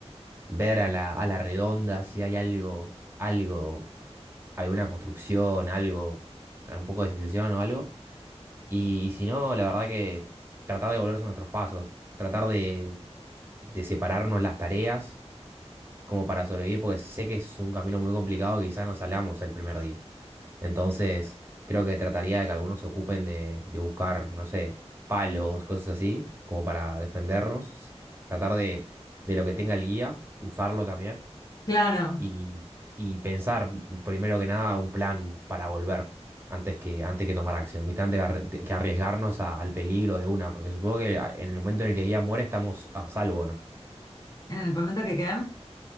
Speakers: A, on the right (about 20°); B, on the left (about 35°).
A: ver a la, a la redonda si hay algo. algo alguna construcción, algo, un poco de civilización o algo. Y, si no, la verdad que tratar de volverse a nuestros pasos, tratar de, de separarnos las tareas como para sobrevivir, porque sé que es un camino muy complicado, quizá no salgamos el primer día. Entonces, creo que trataría de que algunos se ocupen de, de buscar, no sé, palos, cosas así, como para defendernos, tratar de, de lo que tenga el guía, usarlo también
B: Claro,
A: y, y pensar primero que nada un plan para volver antes que, antes que tomar acción, ¿viste? Antes que arri- que arriesgarnos a- al peligro de una, porque supongo que a- en el momento en el que el guía muere estamos a salvo, ¿no?
B: en el momento que quede.